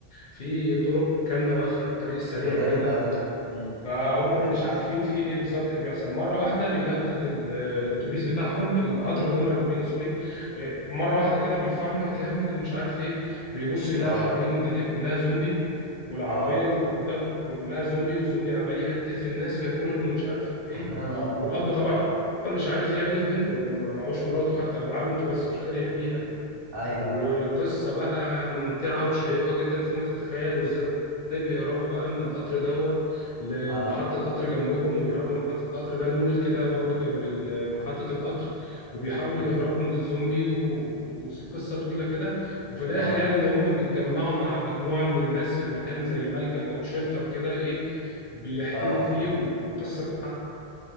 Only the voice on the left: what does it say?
في طرق كامله واقفه الطريق السريع
وكده
فهم مش
عارفين في ايه بالظبط اللي بيحصل مره واحده بيلاقوا ال- ال- الاتوبيس بتاعهم القطر اللي هم راكبينه سوري آه، مره واحده كده بيفرمل جامد ومش عارف ايه بيبصوا يلاقوا
حواليهم الدنيا كلها زومبي والعربيه
اللي قدامهم كلها زومبي والزومبي عمال يقتل في الناس وياكلهم ومش عارف ايه
والاب طبعا
مش عارف يعمل ايه في بنته هو ما معهوش مراته حتى هو معاه بنته بس مش قادر يحميها
وقصة
بقى ممتعة وشيقة جدا فوق ما تتخيل وازاي بيهربوا بقى من القطر دوت لمحطة
قطر جنبهم وبيهربوا من محطة القطر ده المول كده برضو جنب ال- آه، محطة القطر وبيحاولوا
يهربوا من الزومبي و- وقصة طويلة كده وفي الآخر
يعني إن هم بيتجمعوا مع مجموعة من الناس في مكان زي ملجأ أو شيلتر كده إيه بيحتموا
فيه والقصة بتاعته